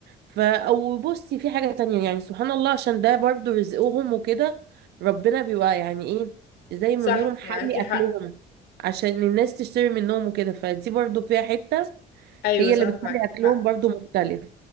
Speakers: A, on the right (about 75°); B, on the left (about 75°).
A: فا او بصي في حاجة تانية يعني سبحان الله عشان ده برضو رزقهم وكده ربنا بيبقى يعني ايه زي
B: صح
A: ما بيقولوا محلي
B: معاكي حق
A: اكلهم عشان الناس تشتري منهم وكده فدي برضو فيها حتة
B: ايوه
A: هي
B: صح
A: اللي بتخلي
B: معاكي
A: اكلهم
B: حق
A: برضو مختلف